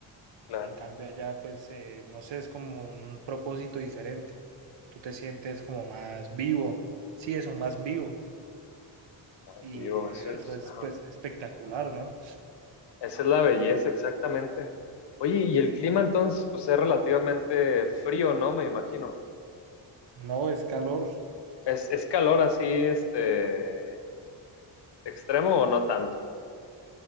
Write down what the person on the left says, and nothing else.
claro,
más
vivo,
eso
es,
ajá.
Esa es la belleza, exactamente. Oye, y el clima entonces, pues es relativamente frío, ¿no? Me imagino.
Es, es calor así, este. ¿Extremo o no tanto?